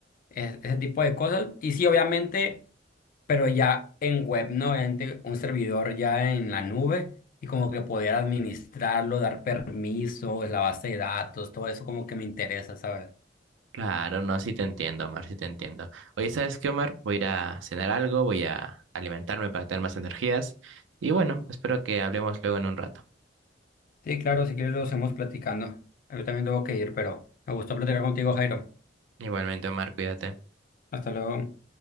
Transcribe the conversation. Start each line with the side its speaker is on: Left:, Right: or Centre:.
Left: es- ese tipo de cosas. Y sí, obviamente. pero ya en web, ¿no? Obviamente un servidor ya en la nube y como que poder administrarlo, dar permisos, la base de datos, todo eso como que me interesa, ¿sabes?
Right: Claro, no, sí te entiendo, Omar, sí te entiendo. Oye, ¿sabes qué, Omar? Voy a ir a cenar algo, voy a alimentarme para tener más energías. Y bueno, espero que hablemos luego en un rato.
Left: Sí, claro, si quieres lo hacemos platicando. Yo también tengo que ir, pero me gustó platicar contigo, Jairo.
Right: Igualmente, Omar, cuídate.
Left: Hasta luego.